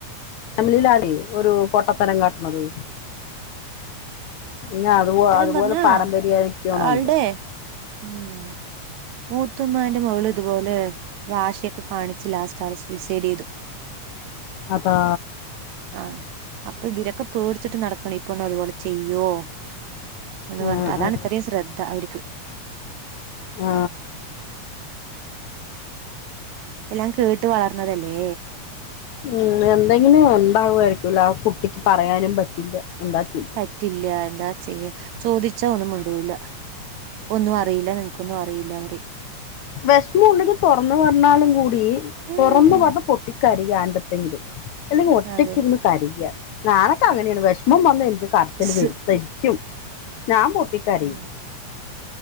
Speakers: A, on the left; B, on the right.
A: ഫാമിലിയിലാടിഒരു പൊട്ടത്തരം കട്ട് ണേ അത്പോ
B: പൊട്ടത്തരം
A: അതുപോലെ
B: പറഞ്ഞാ
A: പാരമ്പര്യരിക്കണ
B: ആൾടെ
A: എന്തോ
B: ഉം മൂത്തുമ്മാന്റെ മകൾ ഇതുപോലെ വാശിയൊക്കെ കാണിച്ച് ലാസ്റ്റ് ആള് സൂസൈഡ് ചെയ്തു
A: അതാ
B: ആഹ അപ്പൊ ഇവിരക്ക പേടിച്ചിട്ട് നടക്കണ് ഈ പെണ്ണ് അതുപോലെ ചെയ്യോ എന്ന്
A: ആ,
B: പറഞ്ഞിട്ട് അതാണ്
A: ആ,
B: ഇത്രയിം ശ്രദ്ധ അവർക്ക്
A: ആ
B: എല്ലാം കേട്ട് വളർന്നതല്ലേ
A: ഉ എന്തെങ്കിലും ഉണ്ടാവായിരിക്കും ആ കുട്ടിക്ക് പറയാനും പറ്റില്ല എന്താ ചെയ്യ
B: പറ്റില്ല എന്താ ചെയ്യ ചോദിച്ച ചേദിച്ചാ ഒന്നും മുണ്ടൂല്ല ഒന്നും അറിയില്ല നിനക്കൊന്നും അറിയില്ല പറയു
A: വിഷമം ഉണ്ടെങ്കിൽ തുറന്ന് പറഞ്ഞാലും കൂടി
B: ഉം
A: തുറന്ന് പറ പൊട്ടിക്കരികാണ്ടത്തെങ്കിലും അല്ലെങ്കിൽ ഒറ്റക്കിയിരുന്ന്
B: അതെ
A: കരയ്കാ നാനൊക്കെ അങ്ങനെയാണ് വിഷമം വന്ന് - കരച്ചില്
B: സ്
A: വരും ശരിക്കും ഞാൻ പൊട്ടികരയും
B: ഉം